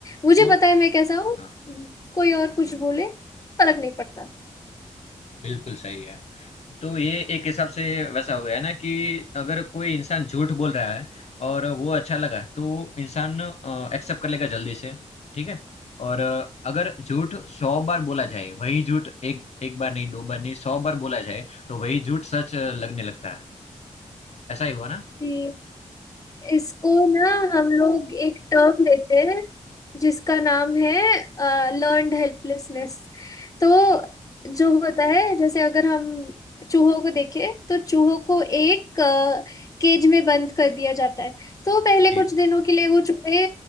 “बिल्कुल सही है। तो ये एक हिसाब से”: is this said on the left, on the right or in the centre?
Left